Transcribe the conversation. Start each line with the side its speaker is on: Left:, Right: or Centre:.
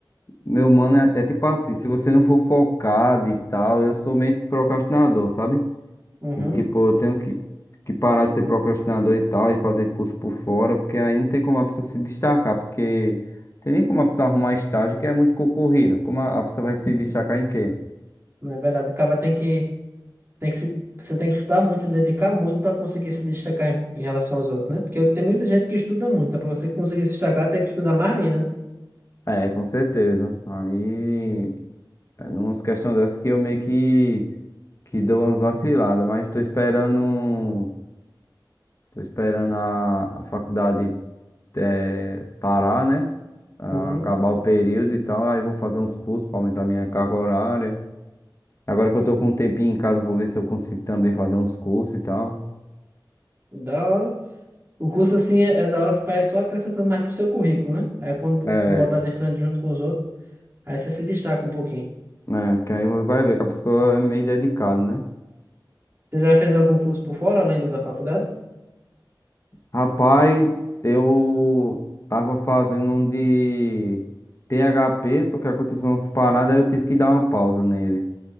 Left: meu mano, é, é tipo assim, se você não for focado e tal, eu sou meio que procrastinador, sabe?
Right: Uhum.
Left: E tipo, eu tenho que, que parar de ser procrastinador e tal, e fazer curso por fora, porque aí não tem como a pessoa se destacar, porque tem nem como a pessoa arrumar estágio que é muito concorrido. Como a, a pessoa vai se destacar em quê?
Right: Não é verdade. O cara tem que Tem que se, você tem que estudar muito, se dedicar muito para conseguir se destacar em, em relação aos outros, né? Porque tem muita gente que estuda muito, tá? Para você conseguir se destacar, tem que estudar mais ainda, né?
Left: É, com certeza. Aí, é umas questões dessas que eu meio que que deu umas vaciladas, mas tô esperando, tô esperando a, a faculdade eh, parar, né? Ah,
Right: Uhum.
Left: Acabar o período e tal, aí vou fazer uns cursos para aumentar minha carga horária. Agora que eu tô com um tempinho em casa, vou ver se eu consigo também fazer uns cursos e tal.
Right: Da hora. O curso, assim, é, é da hora que vai só acrescentando mais pro seu currículo, né? Aí quando
Left: É,
Right: for botar de frente junto com os outros, aí você se destaca um pouquinho.
Left: né? Porque aí vai ver que a pessoa é meio dedicada, né?
Right: Você já fez algum curso por fora, além do da faculdade?
Left: Rapaz, eu tava fazendo um de PHP, só que aconteceu umas paradas, aí eu tive que dar uma pausa nele.